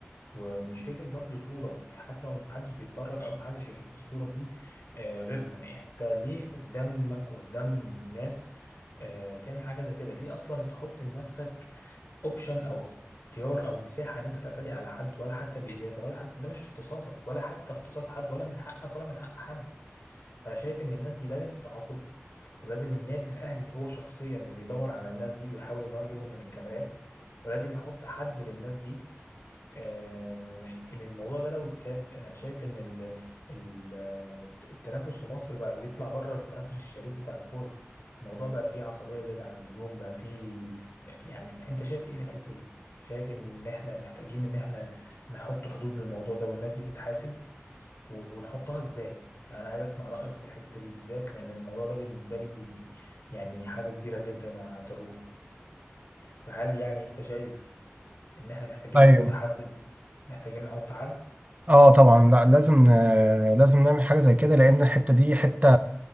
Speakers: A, on the left; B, on the right.
A: ومش فكره برضه صوره يعني حتى لو مش محدش بيتفرج او محدش هيشوف الصوره دي آه، غيرنا يعني انت ليه قدامك وقدام الناس آه، تعمل حاجه زي كده ليه اصلا تحط لنفسك اوبشن او اختيار او مساحه ان انت تعتدي على حد ولا حتى بازازه ولا حتى ده مش اختصاصك ولا حتى اختصاص حد ولا من حقك ولا من حق حد فانا شايف ان الناس دي لازم تتعاقب ولازم النادي الاهلي هو شخصيا اللي يدور على الناس دي ويحاول ان هو يجيبهم من الكاميرات ولازم يحط حد للناس دي آه، ان الموضوع ده لو اتساب انا شايف ان ال- ال- التنافس في مصر بقى بيطلع بره التنافس الشريف بتاع الكوره الموضوع بقى فيه عصبيه زياده عن اللزوم بقى فيه يعني انت شايف ايه في الحته دي شايف ان احنا محتاجين ان احنا نحط حدود للموضوع ده والناس دي تتحاسب ونحطها ازاي فانا عايز اسمع رايك في الحته دي بالذات لان الموضوع ده بالنسبه لي يعني حاجه كبيره جدا هتروق فهل يعني انت شايف ان احنا محتاجين
B: ايوه
A: نحط حد محتاجين نحط حد
B: اه طبعا لا لازم آه، لازم نعمل حاجه زي كده لان الحته دي حته